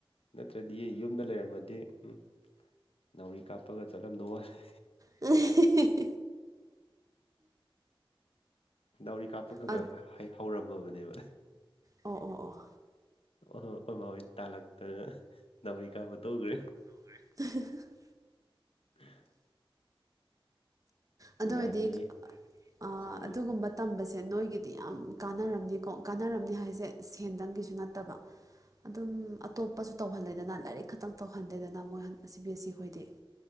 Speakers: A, on the left (about 85°); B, on the right (about 35°).
A: ꯅꯠꯇ꯭ꯔꯗꯤ ꯌꯨꯝꯗ ꯂꯩꯔꯝꯃꯗꯤ ꯎꯝ ꯅꯥꯎꯔꯤ ꯀꯥꯞꯄꯒ ꯆꯠꯂꯝꯗꯧ ꯋꯥꯏꯔꯦ
B: unintelligible
A: ꯅꯧꯔꯤꯀꯥꯞꯄ ꯈ꯭ꯒꯥ-ꯈ꯭ꯒꯥ
B: ꯑ
A: ꯍꯩ ꯍꯧꯔꯝꯑꯕꯅꯦꯕ
B: ꯑꯣ ꯑꯣ ꯑꯣ
A: ꯑ ꯍꯣꯏ ꯃꯥꯥ ꯍꯣꯏ ꯇꯥꯜꯂꯛꯇꯅ ꯅꯥꯎꯔꯤ ꯀꯥꯞꯄ ꯇꯣꯛꯈ꯭ꯔꯦ
B: <inaudible>
A: <unintelligible>
B: ꯑꯗꯨ
A: ꯅꯨꯡꯉꯥꯏꯕꯅꯦ
B: ꯑꯣꯏꯔꯗꯤ ꯑꯥ
A: ꯁ꯭ꯀꯨꯜ
B: ꯑꯗꯨꯒꯨꯝꯕ ꯇꯝꯕꯁꯦ ꯅꯣꯏꯒꯤꯗꯤ ꯌꯥꯝ ꯀꯥꯟꯅꯔꯝꯅꯤꯀꯣ ꯀꯥꯟꯅꯔꯝꯅꯤ ꯍꯥꯏꯁꯦ ꯁꯦꯟꯗꯪꯒꯤꯁꯨ ꯅꯠꯇꯕ ꯑꯗꯨꯝ ꯑꯇꯣꯞꯄꯁꯨ ꯇꯧꯍꯜꯂꯦꯗꯅ ꯂꯥꯏꯔꯤꯛ ꯈꯛꯇꯪ ꯇꯧꯍꯜꯗꯦꯗꯅ ꯃꯣꯏ ꯁꯤ ꯕꯤ ꯑꯦꯁ ꯁꯤ ꯍꯣꯏꯗꯤ